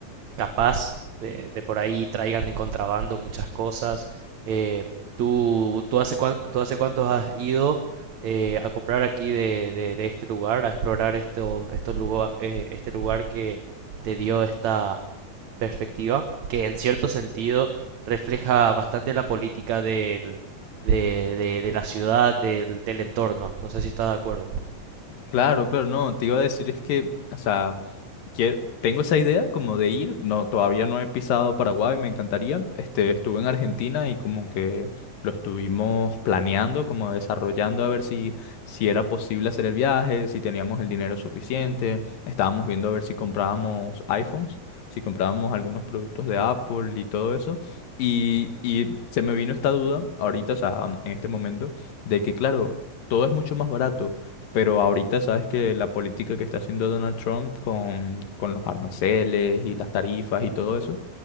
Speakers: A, on the right (about 60°); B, on the left (about 80°).
A: capaz de, de por ahí traigan de contrabando muchas cosas. Eh, ¿tú, tú hace, cuán- tú hace cuántos has ido eh, a comprar aquí de, de, de este lugar, a explorar estos, estos lugar, eh, este lugar que te dio esta perspectiva, que en cierto sentido refleja bastante la política del, de, de, de la ciudad, del, del entorno. No sé si estás de acuerdo.
B: Claro, claro, no, te iba a decir es que, o sea, quie- tengo esa idea como de ir, no, todavía no he pisado Paraguay, me encantaría. Este, estuve en Argentina y como que lo estuvimos planeando, como desarrollando a ver si, si era posible hacer el viaje, si teníamos el dinero suficiente. Estábamos viendo a ver si comprábamos iPhones, si comprábamos algunos productos de Apple y todo eso. Y, y se me vino esta duda ahorita, o sea, en este momento, de que claro, todo es mucho más barato. Pero ahorita sabes que la política que está haciendo Donald Trump con, con los aranceles y las tarifas y todo eso,